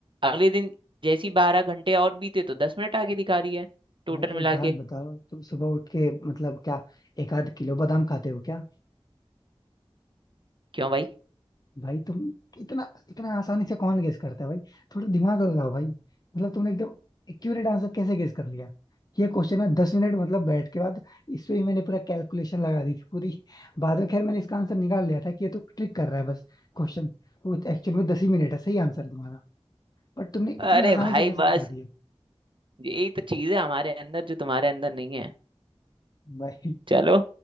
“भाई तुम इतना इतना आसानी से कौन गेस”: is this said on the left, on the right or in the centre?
Left